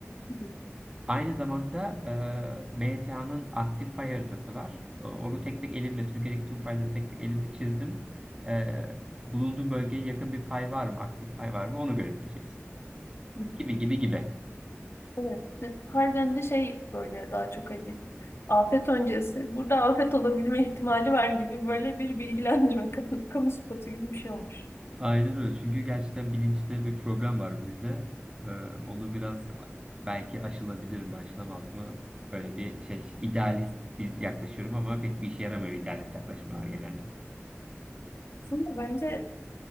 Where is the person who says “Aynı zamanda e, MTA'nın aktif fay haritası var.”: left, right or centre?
Right